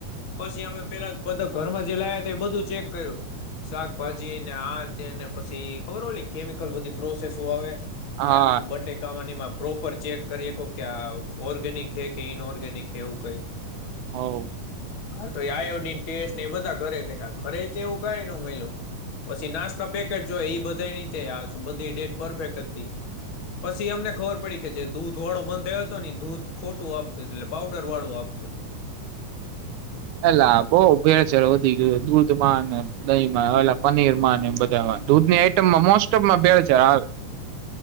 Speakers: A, on the left (about 50°); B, on the right (about 75°).
A: પછી હમે પેલા બધું કર્મ જલાયા ન બાળુ છેક કર્યું શાકભાજી ન આ તે ન પછી ખબર હો કેમિકલ બધી પ્રોસેસ આવે,
B: હા
A: કે આનથી બટટેકાવાની માપ પ્રોપર ચેક કરીએ કો કે આ ઓર્ગેનિક હે કે ઇન ઓર્ગેનિક હે એવું કઈ
B: હાલો
A: હા તો આયોડીન ટેસને બધા ઘરે રહ્યા ઘરે એવું કઈ ન મયલુ પછી નાસ્તા પેકેટ જોય ઈ બ ની બધી ડેટ પરફેક્ટ હતી પછી અમને ખબર પડી કે જે દૂધ વાળો બંધ થયો હતો દૂધ ખોટું આપતુંું એટલે પાવડર વાળું આપતો હતો.
B: એલા બહ ભેળચડ વધી ગયો દૂધમાં દહીંમાં એલા પનીરમાં એ બધા દૂધની આઈટમમાં મોસ્ટ ઓફમાં ભેળચાર આવે.